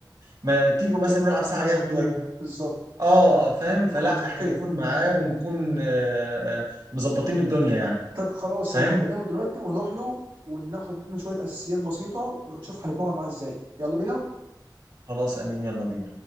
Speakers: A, on the right; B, on the right.
A: ما تيجوا مثلا
B: يلا
A: نلعب
B: نلعب
A: ساعه
B: مثلا
A: يد
B: جيم
A: ولا
B: بالظبط
A: اه فاهم
B: طب
A: فلا
B: خلاص اوكي
A: احنا نكون معاه ونكون آه، آه، مظبطين الدنيا يعني
B: طب خلاص
A: فاهم
B: انا هكلمه دلوقتي ونروح له وناخد منه شويه اساسيات بسيطه ونشوف هنتمرن معاه ازاي يلا بينا
A: خلاص امين يلا بينا